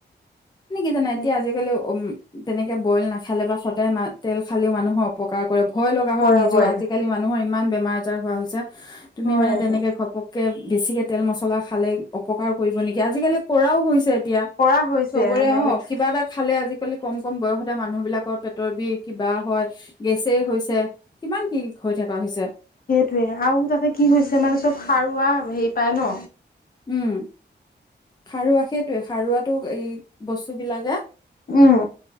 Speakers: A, on the left; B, on the left.
A: মানে কি জানা
B: তাকে
A: এতিয়া আজিকালি উম। তেনেকে বইল নাখালে বা সদায় মা তেল খালেও মানুহৰ অপকা কৰে ভয় লগা
B: কৰে
A: হয় নিজে
B: কৰে
A: আজিকালি মানুহৰ ইমান বেমাৰ বজাৰ হোৱা হৈছে তুমি
B: হয়
A: মানে
B: এইটো
A: তেনেকে ঘপক কে বেছিকে তেল মছলা খালে অপকাৰ কৰিব নেকি আজিকালি কৰাও হৈছে।
B: কৰা হৈছে।
A: খবৰে
B: সেনেকে
A: অ' কিবা এটা খালে আজিকালি কম কম বয়সতে মানুহ বিলাকৰ পেটৰ বিষ, কিবা হয়, গেছেই হৈছে, কিমান কি হৈ থকা হৈছে।
B: সেইটোয়ে। আৰু তাতে কি হৈছে মানে চব সাৰু পোৱা হেৰি পাই ন'
A: উম খাৰুৱা সেইটয়ে খাৰুৱাতটো এই বস্তু বিলাকে।
B: উম